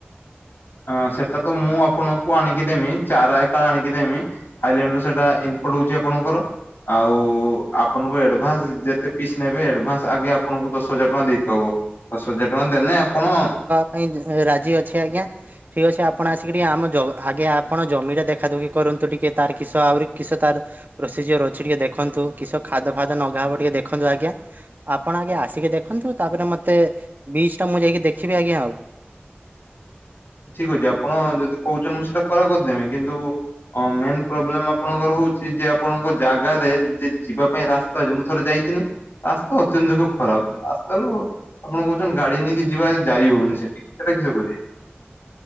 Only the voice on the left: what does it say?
ଅ ସେଟା ତ ମୁଁ ଆପଣଙ୍କୁ ଆଣିକି ଦେମି ଚାରା ଏ କାଳ ଆଣିକି ଦେମି। ଆଇଲାଣ୍ଡ ର ସେଇଟା ଇନପୋର୍ଟ ହଉଛି ଆପଣଙ୍କର। ଆଉ ଆପଣଙ୍କୁ ଆଡଭାନ୍ସ ଯେତେ ପିସ୍ ନେବେ ଆଡଭାନ୍ସ ଆଗେ ଆପଣଙ୍କୁ ଦଶ ହଜାର ଟଙ୍କା ଦେଇତବ। ଦଶ ହଜାର ଟଙ୍କା ଦେନେ ଆପଣ
ଠିକ ଅଛି ଆପଣ ଯଦି କହୁଛନ୍ତି ମୁଁ ସେଇଟା କରା କରିଦେମି କିନ୍ତୁ ଅଁ ମେନ୍ ପ୍ରୋବ୍ଲେମ ଆପଣଙ୍କର ହଉଛି ଯେ ଆପଣଙ୍କ ଜାଗାରେ ଯେ ଯିବା ପାଇଁ ରାସ୍ତା ଅଛି ମୁଁ ଥରେ ଯାଇଥିନି। ରାସ୍ତା ଅତ୍ୟନ୍ତକ ଖରାପ ରାସ୍ତାରୁ ଆପଣ କହୁଛନ୍ତି ଗାଡି ନେଇକି ଯିବା ଯାଇ ହଉନି ସେଠି ସେଟା କିସ କରିବେ?